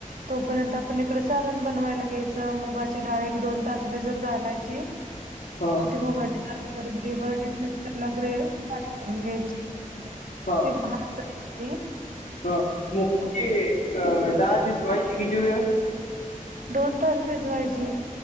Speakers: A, on the right; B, on the left.
A: तोपर्यंत आपण इकडं सारण बनवायला घ्यायचं मुगाची डाळी एक दोन तास भिजत घालायची.
B: हा हा
A: ते मुगाचे डान पर डे बर मितर लग्रे पारी करून घ्यायची.
B: हा
A: ते बाहेर जाय
B: हा मुगाची डाळ भिजवायची किती वेळ?
A: दोन तास भिजवायचे.